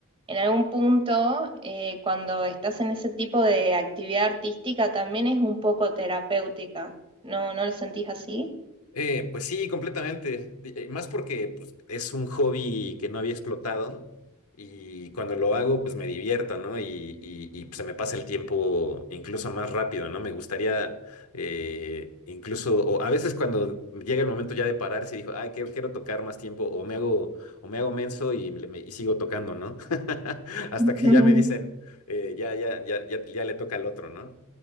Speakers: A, on the right (about 25°); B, on the left (about 75°).
A: en algún punto, eh, cuando estás en ese tipo de actividad artística, también es un poco terapéutica. ¿No, no lo sentís así?
B: Eh, pues sí, completamente. Y- eh, Más porque pues, es un hobby que no había explotado y cuando lo hago, pues me divierto, ¿no? Y, y- y, pues, se me pasa el tiempo incluso más rápido, ¿no? Me gustaría eh, incluso, o a veces cuando llega el momento ya de parar, si digo, ay, quiero, quiero tocar más tiempo, o me hago, o me hago menso y, le- me- y sigo tocando, ¿no? <laughs> Hasta
A: <laughs>
B: que ya me dicen, eh, ya, ya, ya, ya, ya le toca al otro, ¿no?